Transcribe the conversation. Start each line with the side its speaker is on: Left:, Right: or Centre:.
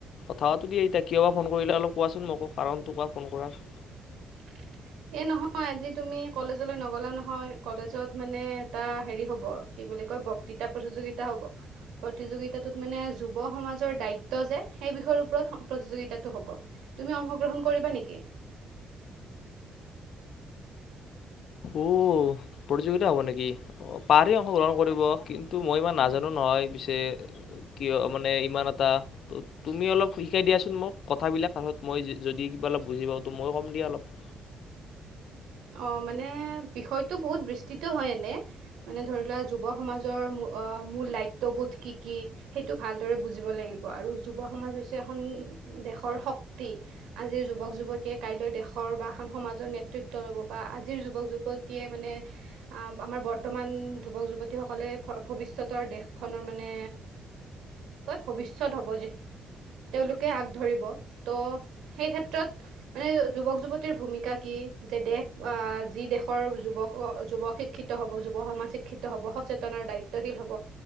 Left: থাৱো দিয়ে এতিয়া কিয় বা ফোন কৰিলে অলপ কোৱাচোন মোকো কাৰণটো কোৱা ফোন কৰাৰ
Right: <unintelligible> এ নহয় আজি তুমি কলেজলৈ নগলা নহয় কলেজত মানে এটা হেৰি হ'ব কি বুলি বক্তৃতাৰ প্ৰতিযোগিতা হ'ব। প্ৰতিযোগিতাত মানে যুৱ সমাজৰ দায়িত্ব যে সেই বিষয়ে। ওপৰত প্ৰতিযোগিতাটো হ'ব। তুমি অংশগ্ৰহণ কৰিবা নেকি?
Left: উ প্ৰতিযোগিতা হ'ব নেকি। অ' পাৰে অংশগ্ৰহণ কৰিব কিন্তু মই ইমান নাজানো ন। হয়, পিছে কিয় মানে ইমান এটা ত তুমি অলপ শিকাই দিয়াচোন মোক কথাবিলাকত তাৰপিছত মই যদি অলপ বুজি পাওতো মইো কম দিয়া অলপ।
Right: <unintelligible> অ' মানে বিষয়তটো বহুত বিস্তৃত হয় এনে মানে ধৰি লোৱা যুৱ সমাজৰ অ' মূল দায়িত্ববোধ কি কি সেইটো ভালদৰে বুজিব লাগিব আৰু যুৱ সমাজ হৈছে এখন দেশৰ শক্তি আজিৰ যুৱক যুৱতীয়ে কাইলৈ দেশৰ বা এখন সমাজৰ নেতৃত্ব ল'ব বা আজিৰ যুৱক যুৱতীয়ে মানে আমাৰ বৰ্তমান যুৱক যুৱতীসকলে ভৱিষ্যত দেশ খনৰ মানে ভৱিষ্যত হ'ব। লোকে আগ ধৰিব ত' সেই ক্ষেত্ৰত মানে যুৱক যুৱতীৰ ভূমিকা কি যে দেশ আহ যি দেশৰ যুৱক যুৱক শিক্ষিত হ'ব যুৱ সমাজ শিক্ষিত হ'ব সচেতন দায়িত্বশীল হ'ব